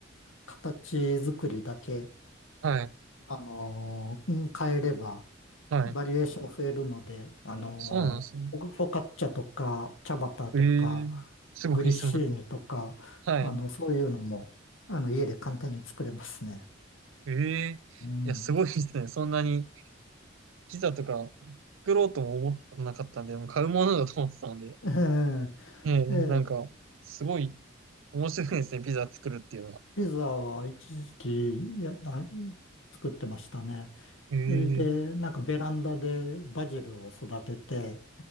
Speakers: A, on the left; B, on the right.
A: 形作りだけ、
B: はい
A: あの変えれば
B: はい。
A: バリエーション増えるので、あのーフォフォカッチャとか、
B: そうなんですね。
A: チャバタとか、
B: ええーすごいすごい。
A: グリッシーニとか、
B: はい。
A: あの、そういうのも、あの、家で簡単に作れますね。
B: ええーいや、
A: うん。
B: すごいですね。そんなにピザとか作ろうとも思ってなかったんで、もう買うものだと思ってたので。
A: え
B: ええなんか、
A: え、ええ、
B: すごい面白いですね。ピザ作るっていうのが。
A: ピザは一時期、いや、な作ってましたね。
B: ええー
A: それで、なんかベランダでバジルを育てて、